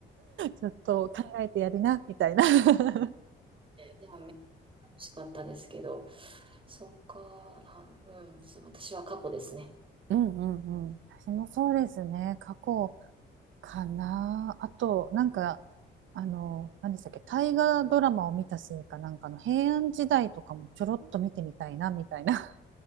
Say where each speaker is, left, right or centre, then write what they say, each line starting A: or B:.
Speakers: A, on the right; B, on the right.
A: ちょっと考えてやりな、みたいな。<laughs>
B: でもめっちゃ楽しかったですけど、そっか、あ、うん、そう私は過去ですね。
A: うんうんうん。私もそうですね。過去かな。あと、なんか、あの、何でしたっけ、大河ドラマを見たせいかなんかの平安時代とかもちょろっと見てみたいな、みたいな